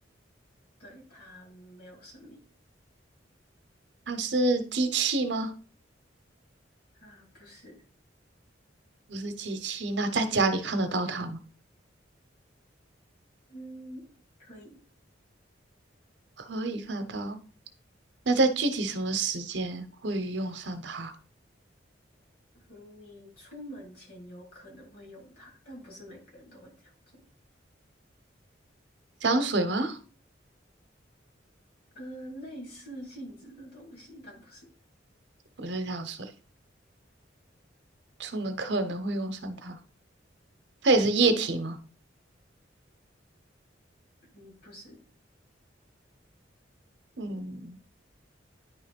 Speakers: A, on the left; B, on the right.
A: 对，它没有生命，
B: 它是机器吗？
A: 啊，不是，
B: 不是机器。那在家里看得到它吗？
A: 嗯，可以，
B: 可以看得到。那在具体什么时间会用上它？
A: 嗯你出门前有可能会用它，但不是每个人都会这样做。
B: 香水吗？
A: 呃，类似性质的东西，但不是，
B: 不是香水，出门可能会用上它。它也是液体吗？
A: 嗯，不是，
B: 嗯，